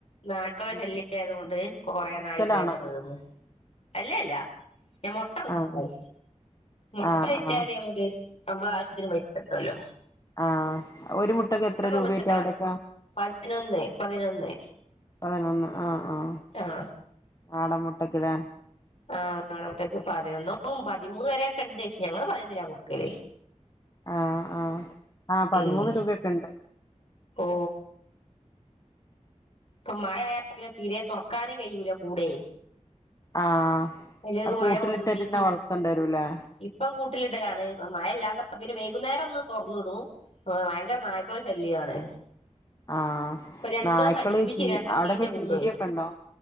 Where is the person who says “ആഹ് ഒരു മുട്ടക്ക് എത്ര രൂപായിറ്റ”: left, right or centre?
Left